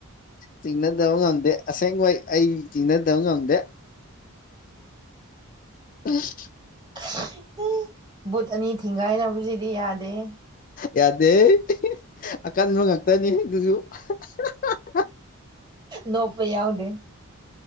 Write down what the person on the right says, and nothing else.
<unintelligible> ꯕꯨꯠ ꯑꯅꯤ ꯊꯤꯡꯒꯥꯏꯅꯕꯁꯤꯗꯤ ꯌꯥꯗꯦꯍꯦ
ꯅꯣꯛꯄ ꯌꯥꯎꯗꯦ